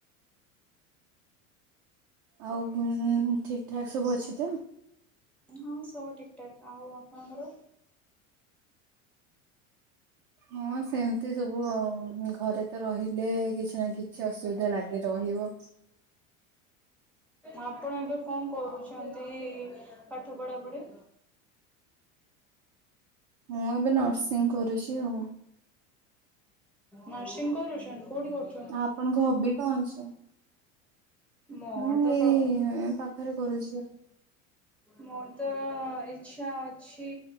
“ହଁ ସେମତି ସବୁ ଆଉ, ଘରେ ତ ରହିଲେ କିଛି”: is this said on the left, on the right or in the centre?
Right